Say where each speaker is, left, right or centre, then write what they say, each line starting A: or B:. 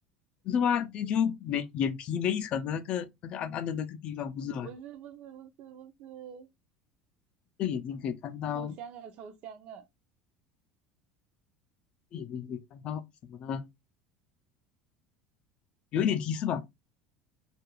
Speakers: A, on the left (about 45°); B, on the right (about 55°).
A: 不是吗？那就没眼皮那一层的那个那个暗暗的那个地方，
B: <laughs>
A: 不是吗？
B: 不是不是不是不是，
A: 这眼睛可以看到，
B: 抽象啊抽象啊
A: 这眼睛可以看到什么呢？有一点提示吧？